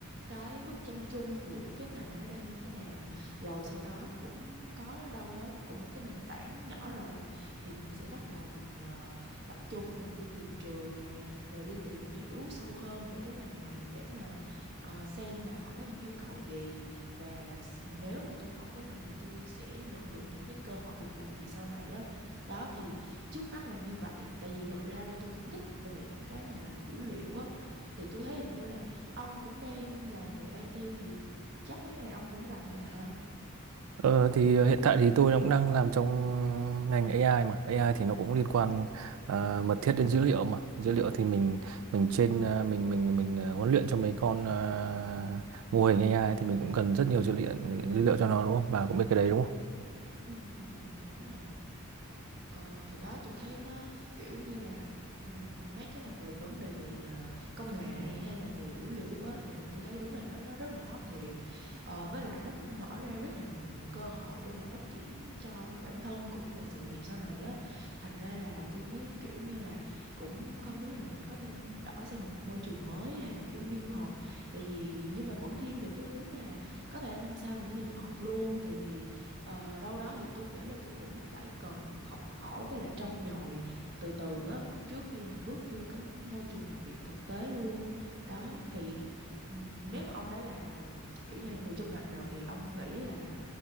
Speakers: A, on the right; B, on the right.
A: cái bức tranh chung của cái ngành này nó đang như thế nào rồi sau đó cũng có đâu đó cũng một cái nền tảng nhỏ rồi thì mình sẽ bắt đầu mình ờ, tập trung mình đi tìm trường nè, rồi đi tìm hiểu sâu hơn về cái ngành này để mà ờ, xem là họ có những yêu cầu gì và s- nếu mà tôi học cái này thì tôi sẽ nhận được những cái cơ hội việc làm gì sau này á. Đó thì trước mắt là như vậy, tại vì thật ra là tôi cũng thích về những cái mà dữ liệu á thì tôi thấy hình như là ông cũng đang làm về IT thì chắc mấy cái này ông cũng rành mà ha
B: Ờ, thì ờ, hiện tại thì tôi cũng đang làm trong ngành AI mà AI thì nó cũng liên quan ờ, mật thiết đến dữ liệu mà dữ liệu thì mình mình trên ờ, mình mình mình ờ, huấn luyện cho mấy con ờ, mô hình AI thì mình cũng cần rất nhiều dữ liệu dữ liệu cho nó đúng không bà cũng biết cái đấy đúng
A: Ừ, ừ, ừ, ừ, đúng rồi ờ, thì đó tôi thấy nó kiểu như là ừm, mấy cái mà về vấn đề về ờ, công nghệ hay là về dữ liệu á giờ này tôi thấy đúng là nó nó rất là hot thiệt Ờ, với lại nó cũng mở ra rất là nhiều cơ hội để mà phát triển cho bản thân cũng như là sự nghiệp sau này á thành ra là tôi mới kiểu như là cũng không biết là mình có nên đổi sang một môi trường mới hay là kiểu đi du học tại vì nhưng mà vẫn thiên về cái hướng là có thể là năm sau mình sẽ đi du học luôn tại vì Ờ, đâu đó thì tôi nghĩ là tôi cũng phải cần học hỏi với lại trau dồi từ từ á trước khi mà bước vô cái môi trường làm việc thực tế luôn. Đó thì ừm, nếu mà ông đã là kiểu như là người trong ngành rồi thì ông nghĩ là